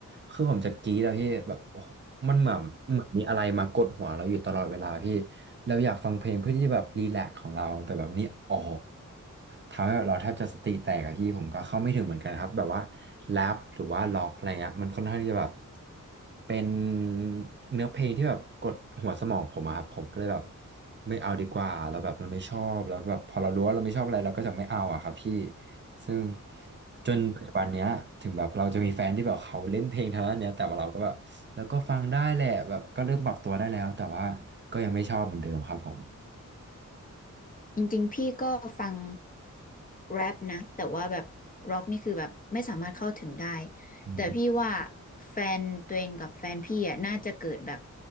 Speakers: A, on the right (about 35°); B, on the left (about 25°).
A: คือผมจะกรี๊ดอะพี่แบบโอ้โหมันเหมือนเหมือนมีอะไรมากดหัวเราอยู่ตลอดเวลาพี่เราอยากฟังเพลงเพื่อที่จะแบบรีแลกซ์ของเราแต่แบบนี้อ๋อ ทำให้แบบเราแทบจะสติแตกอะพี่ผมก็เข้าไม่ถึงเหมือนกันครับแบบว่าแรปหรือว่าล็อกอะไรเงี้ยมันค่อนข้างที่จะแบบเป็นเนื้อเพลงที่แบบกดหัวสมองผมอะครับผมก็เลยแบบไม่เอาดีกว่าเราแล้วแบบเราไม่ชอบแล้วแบบพอเรารู้ว่าเราไม่ชอบอะไรเราก็จะไม่เอาอะครับพี่ซึ่งจนปัจจุบันเนี้ยถึงแบบเราจะมีแฟนที่แบบเขาเล่นเพลงทางด้านเนี้ยแต่ว่าเราก็แบบแล้วก็ฟังได้แหละแบบก็เริ่มปรับตัวได้แล้วแต่ว่าก็ยังไม่ชอบเหมือนเดิมครับผม
B: จริงๆพี่ก็ฟังแรปนะแต่ว่าแบบร็อกนี่คือแบบไม่สามารถเข้าถึงได้
A: อืม
B: แต่พี่ว่าแฟนตัวเองกับแฟนพี่อ่ะน่าจะเกิดแบบ